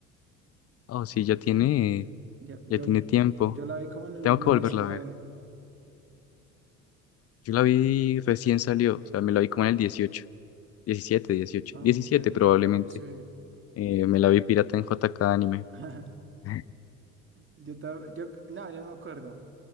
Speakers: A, on the left (about 35°); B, on the right (about 30°).
A: Oh, sí,
B: Mm.
A: ya tiene,
B: Yo, yo,
A: ya tiene
B: yo,
A: tiempo.
B: yo la vi como en el
A: Tengo
B: dos mil
A: que volverla
B: diecinueve.
A: a ver. Yo la vi recién salió, o sea, me la vi como en el 18, 17, 18,
B: Ah,
A: 17
B: ok,
A: probablemente.
B: sí.
A: Eh, me la vi pirata en JK Anime.
B: <laughs>
A: <laughs>
B: Yo, ta- yo, no, yo no me acuerdo.